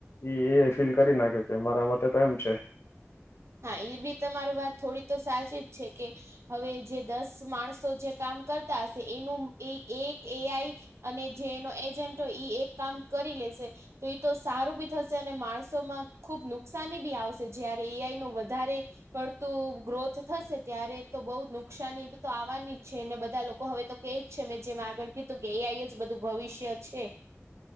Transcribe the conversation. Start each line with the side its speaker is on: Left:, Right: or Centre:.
Left: એ એ ફિલ કરી નાખે છે મારા માટેતે એમ છે.
Right: હા એ બી તમાર વાત થોડી તો સાચી જ છે કે હવે જે દસ માણસો જે કામ કરતા હશે એનું એ એક એઆઈ અને જેનો એજન્ટો ઈ એક કામ કરી લેશે તો એ તો સારું બી થશે અને માણસોમાં ખુબ નુકસાની બી આવશે જયારે એ આઈ વધારે પર તું ગ્રોથ થશે ત્યારે તો બહુ નુકસાની તો આવવાની જ છેને બધા લોકો હવે તો એજ છે મેં જેમ આગળ કીધું કે એ આઈ જ બધું ભવિષ્ય છે.